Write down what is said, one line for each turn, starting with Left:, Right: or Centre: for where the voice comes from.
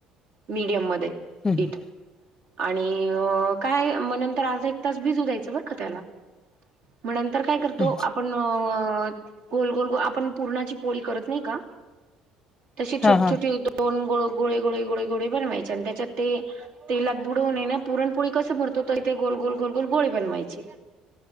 Right: मिडीयम मध्ये
Left: हं हं
Right: पीठ आणि य काय म नंतर एक अर्धा तास भिजू द्यायचा बरं का त्याला, म नंतर काय तर तो
Left: हं
Right: आपण अ गोल गोल आपण, पुरणाची पोळी करत नाही का तशे
Left: हा
Right: छोट
Left: हा
Right: छोटी दो दोन गो गोळे गोळे गोळे गोळे बनवायचे. आणि त्याच्यात ते तेलात बुडवून ये ना पुरणपोळी कस भरतो, तर ते गोल गोल गोल गोल गोळे बनवायचे.